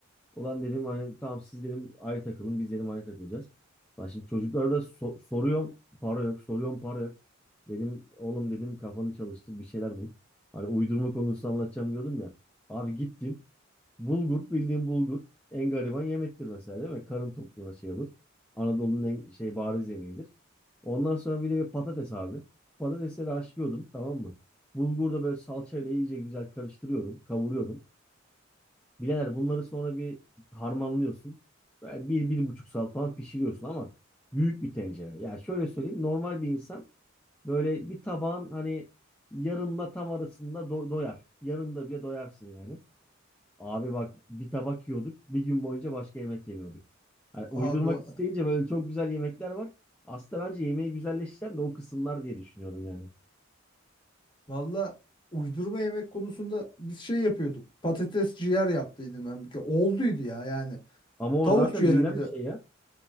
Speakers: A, in the centre; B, on the left (about 25°).
A: Ulan dedim hani tamam siz dedim ayrı takılın biz dedim ayrı takılacağız. Lan şimdi çocuklara da so- soruyorum para yok soruyorum para yok. Dedim oğlum dedim kafanı çalıştır bir şeyler bul. Hani uydurma konusu anlatacağım diyordum ya. Abi gittim bulgur bildiğim bulgur en gariban yemektir mesela değil mi? Karın tokluğuna şey olur. Anadolu'nun en şey bariz yemeğidir. Ondan sonra bir de bir patates abi. Patatesleri haşlıyordum tamam mı? Bulgur da böyle salçayla iyice güzel karıştırıyordum kavuruyordum. Bileler bunları sonra bir harmanlıyorsun. Böyle Bir, bir buçuk saat falan pişiriyorsun ama büyük bir tencere. Ya şöyle söyleyeyim normal bir insan böyle bir tabağın hani yarımla tam arasında do- doyar. Yarımda bile doyarsın yani. Abi bak bir tabak yiyorduk bir gün boyunca başka yemek yemiyorduk. Yani uydurmak
B: Abi o-
A: isteyince böyle çok güzel yemekler var. Aslında bence yemeği güzelleştiren de o kısımlar diye düşünüyorum yani.
B: Valla uydurma yemek konusunda biz şey yapıyorduk. Patates ciğer yaptıydım ben bir kere. Olduydu ya yani.
A: Ama o
B: Tavuk
A: zaten
B: ciğeri
A: bilinen
B: bir de.
A: bir şey ya.